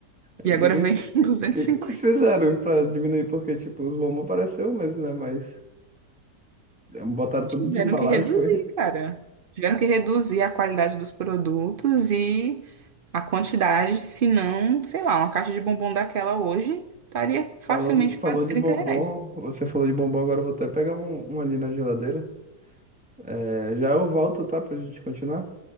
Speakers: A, in the centre; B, on the right.
A: O
B: E agora
A: que, que,
B: vem <laughs> 250.
A: que que eles fizeram pra diminuir? Porque, tipo, os bombons pareceram mesmo, né? Mas botaram tudo
B: Tiveram
A: de embalagem,
B: que reduzir,
A: foi.
B: cara. Tiveram que reduzir a qualidade dos produtos e a quantidade, senão, sei lá, uma caixa de bombom daquela hoje estaria facilmente
A: Falou, falou
B: quase
A: de
B: 30
A: bombom,
B: reais.
A: você falou de bombom, agora eu vou até pegar um, um ali na geladeira. É, já eu volto, tá? Pra gente continuar.